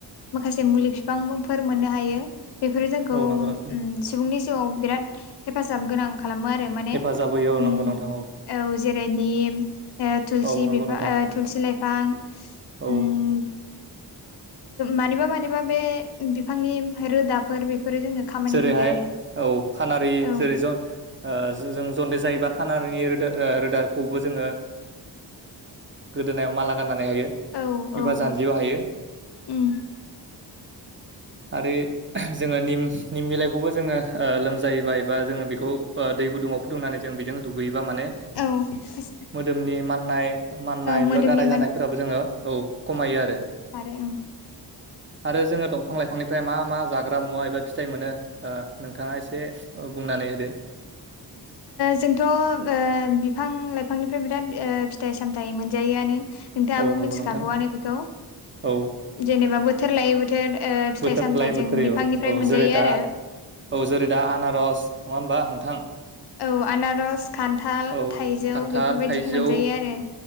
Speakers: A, on the left (about 70°); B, on the right (about 30°).
A: माखासे मुलि बिफांफोर मोननो हायो बेफोरो जोंखौ
B: औ नंगौ नोंथां
A: सुबुंनि जिउआव बिराद हेफाजाब गोनां खालामो आरो माने
B: हेफाजाब
A: उ
B: होयो औ नंगौ नोंथां
A: औ जेरैनि थुलसि
B: औ नंगौ
A: बिफां
B: नोंथां
A: थुलसि लाइफां
B: औ
A: उम मानिबा मानिबा बे बिफांनि रोदाफोर बेफोरो जोंनो खामानि
B: जेरैहाय
A: होयो आरो
B: औ खानारि
A: औ
B: जेरै ज जों जन्दिस जायोबा खानारिनि रोदा रोदाखौबो जोङो गोदोनायाव माला गाननानै हायो
A: औ औ
B: एबा जानजियाव हायो
A: उम
B: आरो जोङो निम निम बिलाइखौबो जोङो लोमजायोबा एबा जोङो बेखौ दै गुदुङाव फुदुंनानै जों बेजों दुगैयोबा माने
A: औ ओ
B: मोदोमनि माननाय माननाय
A: मोदोमनि
B: एबा गाराय जानायफोराबो जोङो औ खमायो आरो
A: आरो आं
B: आरो जोङो दं बिफां लाइफांनिफ्राय मा मा जाग्रा मुवा एबा फिथाइ मोनो नोंथाङा एसे बुंनानै होदो
A: जोंथ' बिफां लाइफांनिफ्राय बिराद फिथाइ सामथाय मोनजायोआनो नोंथाङाबो
B: औ नंगौ
A: मिथिखागौआनो
B: नोंथां
A: बेखौ
B: औ
A: जेनेबा बोथोर लायै बोथोर ओ फिथाइ
B: बोथोर
A: सामथाइ
B: लायै
A: जों
B: बोथोरै
A: बिफांनिफ्राय
B: औ
A: मोनजायो
B: जेरै दा
A: आरो
B: औ जेरै दा आनारस नङा होनबा बा नोंथां
A: औ आनारस खान्थाल
B: औ
A: थाइजौ
B: खान्थाल
A: बेफोरबायदिखौ
B: थाइजौ
A: मोनजायो आरो